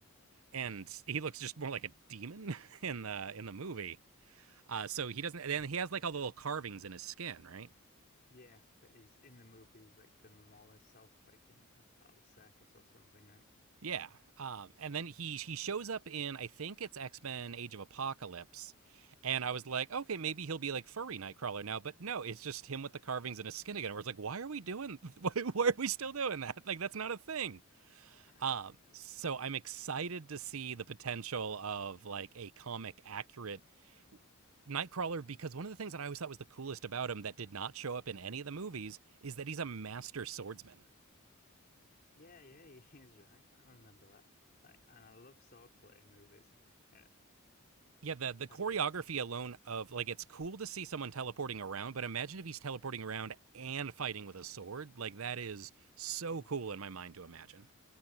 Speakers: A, on the right (about 75°); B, on the left (about 45°).
A: and
B: Yeah.
A: he looks just more like a demon <laughs> in the in the movie. Uh so he doesn't and he has like all the little carvings in his skin, right?
B: Yeah, that is in the movies, like doing the mall self, like in as part of the circus or something, right?
A: Yeah. Um, and then he he shows up in I think it's X Men Age of Apocalypse, and I was like, okay, maybe he'll be like furry Nightcrawler now, but no, it's just him with the carvings and his skin again. Where it's like, why are we doing? <laughs> Why, why are we still doing that? Like that's not a thing.
B: <gasps>
A: Um, so I'm excited to see the potential of like a comic accurate Nightcrawler because one of the things that I always thought was the coolest about him that did not show up in any of the movies is that he's a master swordsman.
B: Yeah, yeah, he <laughs> is right. I remember that. Like, and I love swordplay in movies. Uh,
A: Yeah, the the choreography
B: I'd love to see
A: alone
B: that.
A: of like it's cool to see someone teleporting around, but imagine if he's teleporting around and fighting with a sword. Like that is so
B: Yeah.
A: cool in my mind to imagine.